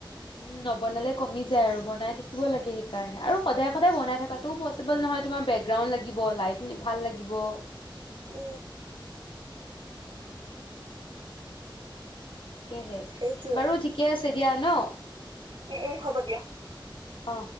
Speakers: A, on the left (about 75°); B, on the right (about 80°).
A: উম নবনালে কমি যায় আৰু বনাই থাকিব লাগে সেইকাৰণে আৰু সদায় সদায় বনাই থকাটো পচিবল নহয় তোমাৰ বেকগ্ৰাউণ্ড লাগিব লাইট ভাল লাগিব
B: উ
A: তাকেহে
B: সেইটোৱে
A: বাৰু ঠিকে আছে দিয়া ন
B: উম উম হ'ব দিয়া
A: অ